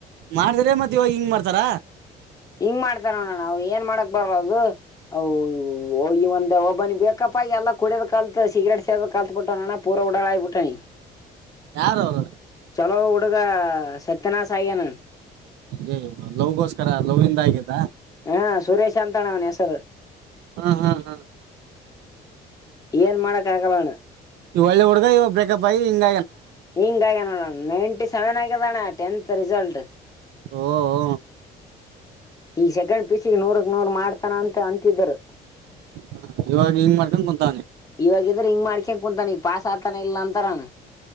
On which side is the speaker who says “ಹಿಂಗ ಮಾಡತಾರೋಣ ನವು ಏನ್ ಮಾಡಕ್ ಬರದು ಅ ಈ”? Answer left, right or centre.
Left